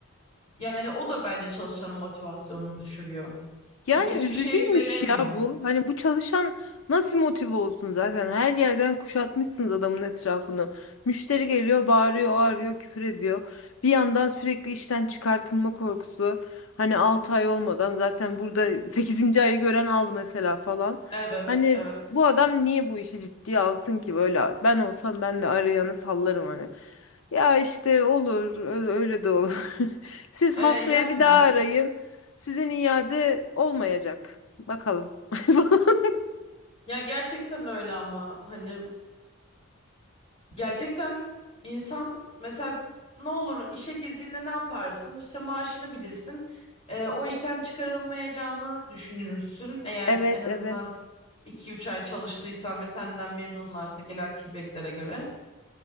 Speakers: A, on the left; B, on the left.
A: Yani o da bence çalışanın motivasyonunu düşürüyor.
B: Yani
A: Hiçbir
B: üzücüymüş
A: şeye güvenemiyor.
B: ya bu. Hani bu çalışan nasıl motive olsun zaten? Her yerden kuşatmışsınız adamın etrafını. Müşteri geliyor, bağırıyor, ağrıyor, küfür ediyor. Bir yandan sürekli işten çıkartılma korkusu. Hani 6 ay olmadan zaten burada <laughs> sekizinci ayı gören az mesela falan.
A: Evet,
B: Hani
A: evet.
B: bu adam niye bu işi ciddiye alsın ki böyle? Ben olsam ben de arayanı sallarım hani. Ya işte olur, öyle öyle de olur. <laughs> Siz
A: E,
B: haftaya
A: yani
B: bir daha arayın. Sizin iade olmayacak. Bakalım. <laughs>
A: ya gerçekten öyle ama hani gerçekten insan mesela ne olur işe girdiğinde ne yaparsın? İşte maaşını bilirsin. E, o işten çıkarılmayacağını düşünürsün. Eğer
B: Evet,
A: en azından
B: evet.
A: iki üç ay çalıştıysan ve senden memnunlarsa gelen feedbacklere göre.